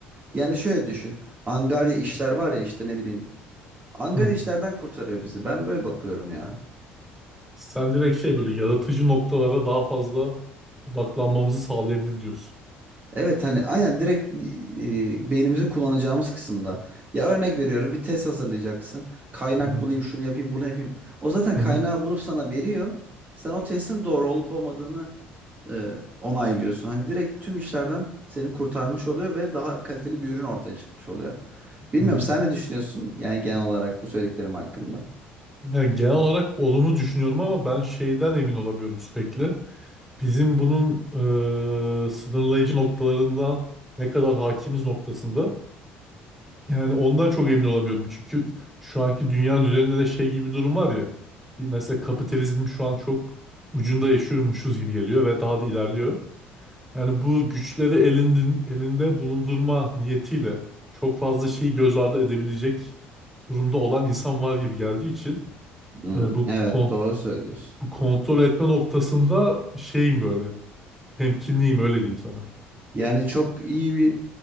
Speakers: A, on the right; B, in the centre.
A: Yani şöyle düşün. Angarya işler var ya işte ne bileyim. Angarya
B: hı,
A: işlerden kurtarıyor bizi. Ben böyle bakıyorum ya.
B: Sen direkt şey böyle yaratıcı noktalara daha fazla odaklanmamızı sağlayabilir diyorsun.
A: Evet hani aynen direkt e, beynimizi kullanacağımız kısımda. Ya örnek veriyorum bir test hazırlayacaksın. Kaynak
B: Hı hı,
A: bulayım şunu yapayım bunu yapayım. O zaten kaynağı
B: hı hı,
A: bulup sana veriyor. Sen o testin doğru olup olmadığını e, onaylıyorsun. Hani direkt tüm işlerden seni kurtarmış oluyor ve daha kaliteli bir ürün ortaya çıkmış oluyor. Bilmiyorum
B: hı.
A: sen ne düşünüyorsun yani genel olarak bu söylediklerim hakkında?
B: Ya genel olarak olumlu düşünüyorum ama ben şeyden emin olamıyorum sürekli. Bizim bunun eee, sınırlayıcı noktalarında ne kadar hakimiz noktasında. Yani ondan çok emin olamıyorum. Çünkü şu anki dünya üzerinde de şey gibi bir durum var ya. Bir mesela kapitalizm şu an çok ucunda yaşıyormuşuz gibi geliyor ve daha da ilerliyor. Yani bu güçleri elindin, elinde bulundurma niyetiyle çok fazla şeyi göz ardı edebilecek durumda olan insan var gibi geldiği için
A: Hmm.
B: e, bu
A: Evet
B: kon-
A: doğru söylüyorsun.
B: bu kontrol etme noktasında şeyim böyle. Temkinliyim öyle diyeyim sana.
A: Yani çok iyi bir